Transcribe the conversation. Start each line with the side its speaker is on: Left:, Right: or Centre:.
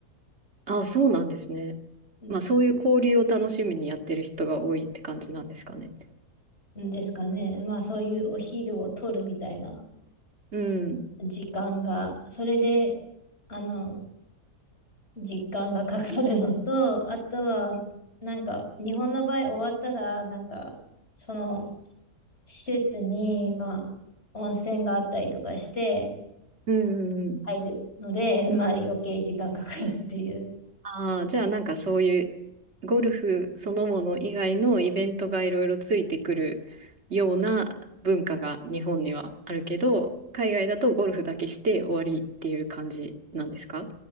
Right: あ、そうなんですね。
Left: ん
Right: まあ、そういう交流を楽しみにやってる人が多いって感じなんですかね。
Left: んですかね。まあそういうお昼を取るみたいな
Right: うん。
Left: 時間が、それで、あの、時間がかかるのと、あとは、
Right: うん
Left: なんか、日本の場合終わったら、なんか、その、施設に、まあ、温泉があったりとかして
Right: うんうん。
Left: 入るので、まあ余計時間かかるっていう。
Right: ああ、じゃあなんかそういうゴルフそのもの以外のイベントがいろいろついてくるような文化が日本にはあるけど、海外だとゴルフだけして終わりっていう感じなんですか